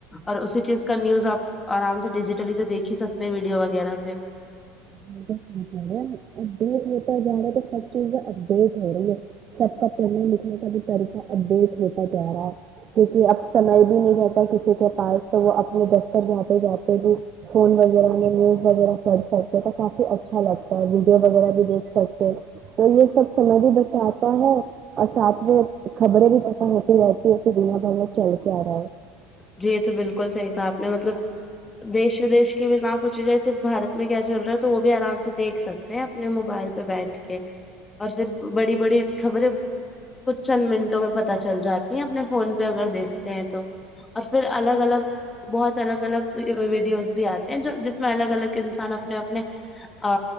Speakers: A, on the left; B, on the right.
A: اور اسی چیز کا نیوز آپ آرام سے ڈیجیٹلی تو دیکھ ہی سکتے ہیں ویڈیو وغیرہ سے
B: وہ تو ٹھیک ہے اپڈیٹ ہوتا جا رہا ہے تو سب چیز اپڈیٹ ہو رہی ہے سب کا پڑھنے لکھنے کا بھی طریقہ اپڈیٹ ہوتا جا رہا ہے کیونکہ اب سمجھ بھی نہیں رہتا اور کسی کے پاس تو وہ اپنے دفتر جاتے جاتے بھی فون وغیرہ میں نیوز وغیرہ پڑ سکتے کافی اچھا لگتا ہے ویڈیو وغیرہ بھی دیکھ سکتے تو یہ سب سمجھ بھی اجاتا ہے اور ساتھ میں خبریں بھی پتہ ہوتی رہتی ہے کہ دنیا بھر میں چل کے آ رہا ہے
A: جی یہ تو بالکل صحیح کہا آپ نے مطلب دیش ودیش کی بھی نہ سونچی جائے صرف بارت میں کیا چل رہا ہے تو وہ بھی آرام سے دیکھ سکتے اپنے موبائل پہ بیٹھ کے اور پھر بڑی بڑی خبریں کچھ چند منٹوں میں پتہ چل جاتی ہیں اپنے فون پہ اگر دیکھتے ہیں تو اور پھر الگ الگ بہت الگ الگ ویڈیوز بھی آتے ہیں جو جس میں الگ الگ انسان اپنے اپنے آ